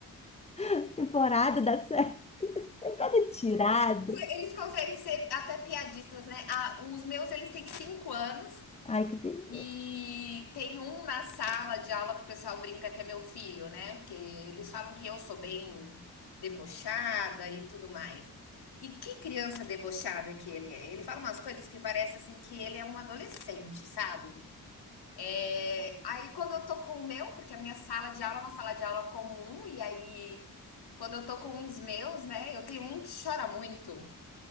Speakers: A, on the left; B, on the left.
A: <laughs> Temporada da série. <laughs> É cada tirada.
B: Eles conseguem ser até piadistas, né? Ah, os meus, eles têm cinco anos.
A: Ai, que delícia.
B: E tem um na sala de aula que o pessoal brinca que é meu filho, né? Porque eles falam que eu sou bem debochada e tudo mais. E que criança debochada que ele é. Ele fala umas coisas que parece assim que ele é um adolescente, sabe? É, aí quando eu tô com o meu, porque a minha sala de aula é uma sala de aula comum, e aí quando eu tô com os meus, né, eu tenho um que chora muito,